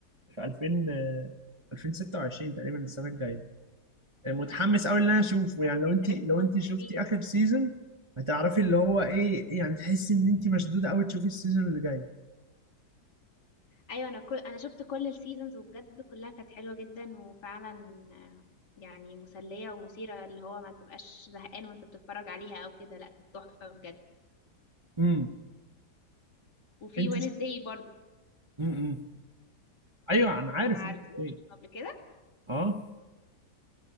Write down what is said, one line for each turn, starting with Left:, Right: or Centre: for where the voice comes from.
Right: في 2000 آه، 2026 تقريبا السنة الجاية آه، متحمس قوي ان انا اشوفه
Left: يا نهار
Right: يعني
Left: أبيض،
Right: لو انت
Left: ده لسه
Right: لو
Left: فاضل
Right: انت
Left: كتير
Right: شفتي اخر سيزون هتعرفي اللي هو ايه يعني تحسي ان انت مشدودة قوي تشوفي السيزون اللي جاي
Left: ايوه انا كل انا شفت كل السيزونز وبجد كلها كانت حلوه جدا وفعلا آه، يعني مسليه ومثيره اللي هو ما تبقاش زهقان وانت بتتفرج عليها او كده لا كانت تحفه بجد
Right: امم
Left: وفي
Right: انت
Left: وينزداي برضو
Right: امم ايوه انا عارف
Left: عارفه
Right: هو إزاي.
Left: شفته قبل كده
Right: اه